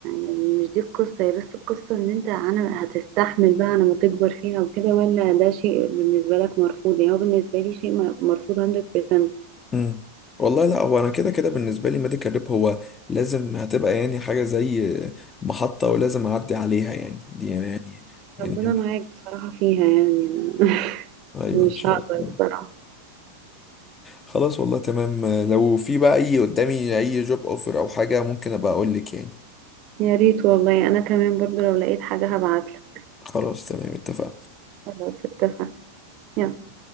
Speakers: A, on the right; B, on the left.
A: يعني مش دي القصة هي بس القصة ان انت انا هتستحمل بقى انا ما تكبر فيها وكده ولا ده شيء بالنسبة لك مرفوض يعني هو بالنسبة لي شيء م- مرفوض 100%
B: مم. والله لا هو انا كده كده بالنسبة لي ميديكال ريب هو لازم هتبقى يعني حاجة زي محطة ولازم اعدي عليها يعني دي يعني يعني,
A: ربنا
B: يعني
A: معاك بصراحة فيها يعني انا <laughs>
B: ايوه
A: مش
B: ان شاء
A: هقدر
B: الله
A: بصراحة
B: خلاص والله تمام لو في بقى اي قدامي اي جوب اوفر او حاجة ممكن ابقى اقول لك يعني
A: يا ريت والله انا كمان برضو لو لقيت حاجة هبعتلك
B: خلاص تمام اتفقنا
A: خلاص اتفقنا يلا